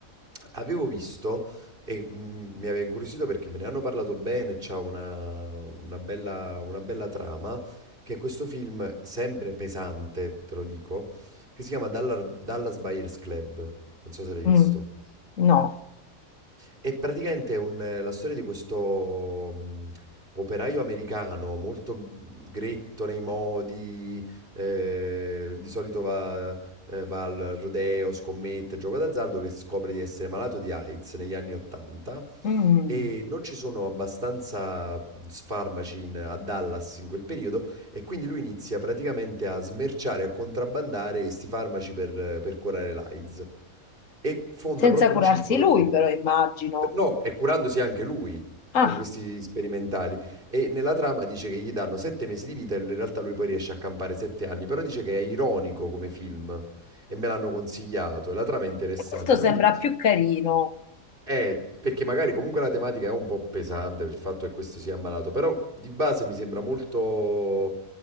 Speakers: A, on the right; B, on the left.
A: Avevo visto e mm, mi aveva incuriosito perché me ne hanno parlato bene, c'ha una, una bella, una bella trama, che è questo film sempre pesante, te lo dico, che si chiama Dallar- Dallas Buyers Club. Non so se l'hai visto.
B: Mm, no,
A: E praticamente è un- la storia di questo mh, operaio americano molto gretto nei modi, eh, di solito va, eh, va al rodeo, scommette, gioco d'azzardo, che scopre di essere malato di AIDS negli anni 80
B: Mm.
A: e non ci sono abbastanza mh, farmaci in- a Dallas in quel periodo e quindi lui inizia praticamente a smerciare, a contrabbandare questi farmaci per, per curare l'AIDS e fonda
B: senza
A: proprio
B: curarsi
A: un circolo
B: lui,
A: dove...
B: però immagino.
A: Per- No, e curandosi anche lui
B: Ah,
A: con questi sperimentali. E nella trama dice che gli danno sette mesi di vita e in realtà lui poi riesce a campare sette anni, però dice che è ironico come film e me l'hanno consigliato e la trama è interessante,
B: questo sembra
A: quindi...
B: più carino.
A: Eh, perché magari comunque la tematica è un po' pesante per il fatto che questo sia ammalato, però di base mi sembra molto,